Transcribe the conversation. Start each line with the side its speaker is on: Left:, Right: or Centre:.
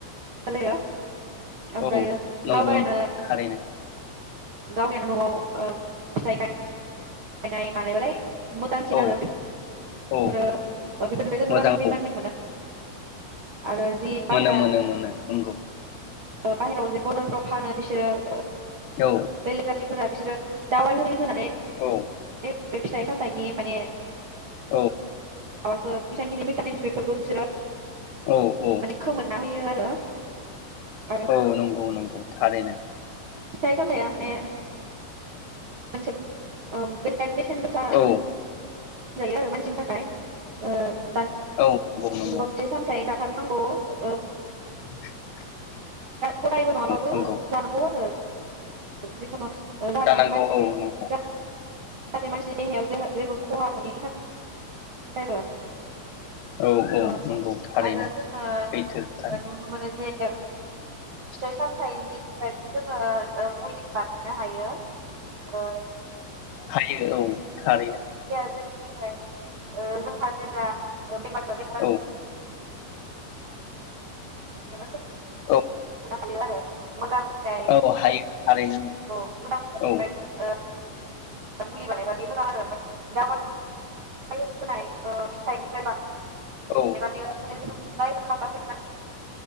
Right: <unintelligible> ओमफ्रायो
Left: औ नंगौ
Right: गावगायनो।
Left: थारैनो
Right: गावनियानो ओ नआव फिथाइ <unintelligible>
Left: <unintelligible>
Right: नाय मानायबालाय। मोजांसिन
Left: औ
Right: आरो।
Left: औ
Right: <unintelligible>
Left: मोजां औ
Right: आरो जि बाहेरा।
Left: मोनो मोनो मोनो नंगौ
Right: बाहेरायाव जे बजारफ्राव फानो बिसोरो ओ
Left: औ
Right: बेलेग जाथिफोरा बिसोरो दावाय होनानै।
Left: औ
Right: बे फिथाइ सामथाइनि माने।
Left: औ।
Right: <unintelligible> बिसांखिनि भिटामिस बिफोरखौ बिसोरो।
Left: औ औ
Right: माने खोमोरना होयो होयो आरो आरो
Left: औ नंगौ नंगौ थारैनो
Right: फिथाय सामथाय आ माने मानसे बे बेसेन गोसा
Left: औ
Right: जायो आरो मानसिनि थाखाय ओ <unintelligible>
Left: औ नंगौ नंगौ
Right: <unintelligible> थाथारनांगौ ओ
Left: <inaudible>
Right: हदायबो नङाबाबो
Left: औ नंगौ
Right: जानांगौ आरो जिखुनु जाहाथे
Left: जानांगौ
Right: मानसिनि
Left: औ नंगौ।
Right: जाहाथे मानसिनि देहायाव जोंहा जेबो खहा मोनैनि थाखाय आरो
Left: औ औ
Right: ओ
Left: नंगौ थारैनो
Right: आरो जोङो
Left: सैथो खोथा
Right: नुनो मोनो जे फिथाइ सामथाइनिफ्रायबो जोङो मुलि बानायनो हायो ओ
Left: हायो औ थारैनो
Right: दैया जोंनि थाखाय <unintelligible> जेब्ला बेमार
Left: औ
Right: <unintelligible> <unintelligible>
Left: औ
Right: सोखांनो हायो आरो। मोजां फिथाइ
Left: औ हायो थारैनो
Right: औ मोजां फिथाइनिफ्राय
Left: औ।
Right: <unintelligible> <unintelligible> ओ <unintelligible> <unintelligible>
Left: औ
Right: <unintelligible>